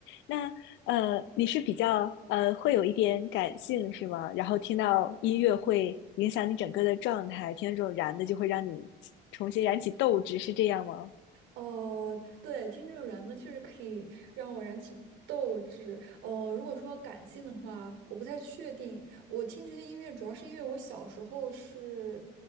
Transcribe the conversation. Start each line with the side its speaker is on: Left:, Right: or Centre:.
Left: 那呃，你是比较呃会有一点感性是吗？然后听到音乐会影响你整个的状态，听到这种燃的就会让你重新燃起斗志，是这样吗？
Right: 哦，对，听这种燃呢，确实可以让我燃起斗志。哦，如果说感性的话，我不太确定。我听这些音乐，主要是因为我小时候是